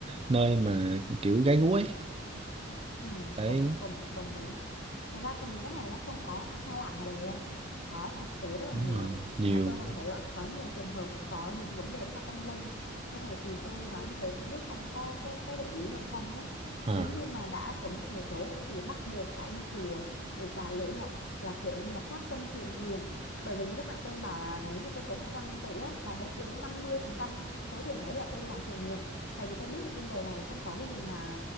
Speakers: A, on the right; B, on the left.
A: nơi mà kiểu gái gú ấy
B: Ừ,
A: đấy
B: cộng cộng cộng lớn. Thực ra cái- những cái này nó không có xa lạ ngoài đời đâu. Có thực tế rất là
A: đúng
B: nhiều
A: rồi nhiều
B: mà tôi cũng thấy gọi- có nhiều trường hợp có những cái vấn đề rất là tâm linh. Cái này thì tôi nói như thế không biết ông có có có để ý hay không nhé.
A: à
B: Nếu như mà đã trúng xổ số thì bắt buộc phải đi chùa để trả lễ hoặc là kiểu như là phát tâm thiện nguyện. Bởi vì như lúc nãy tôi bảo là nếu như tôi trúng 100 tỷ á, là hết đến 50% số tiền ấy là tôi đi làm thiện nguyện. Tại vì tôi biết là trên đời này không có cái gì mà